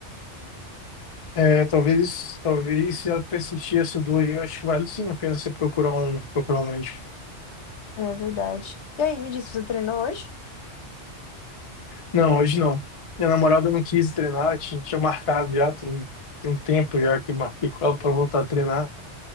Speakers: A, on the left; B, on the left.
A: É, talvez, talvez se ela persistir essa dor, aí, eu acho que vale sim a pena você procurar um, procurar um médico.
B: É verdade. E aí, me diz, você treinou hoje?
A: Não, hoje não. Minha namorada não quis treinar, tinha, tinha marcado já, tem, tem um tempo já que marquei com ela para voltar a treinar.